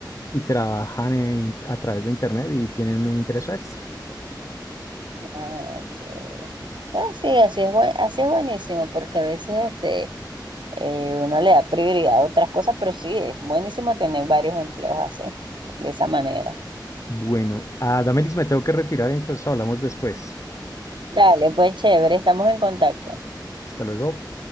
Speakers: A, on the left; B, on the right.
A: y trabajan en- a través de internet y tienen un ingreso extra.
B: Ah, chévere. Ah, sí, así es, buen- así es buenísimo, porque a veces este, eh, uno le da prioridad a otras cosas, pero sí, es buenísimo tener varios empleos así, de esa manera.
A: Bueno, a Damelix me tengo que retirar, entonces hablamos después.
B: Dale, pues chévere, estamos en contacto.
A: Hasta luego.